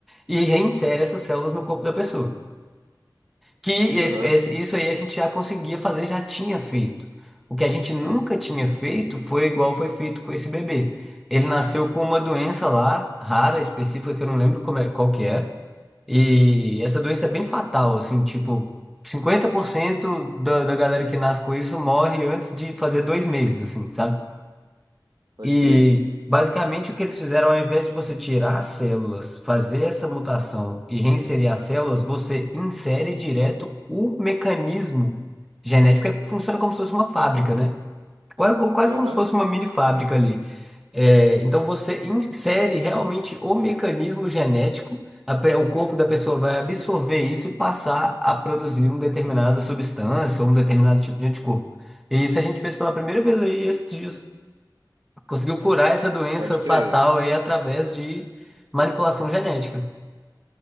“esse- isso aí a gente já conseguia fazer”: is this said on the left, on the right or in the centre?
Centre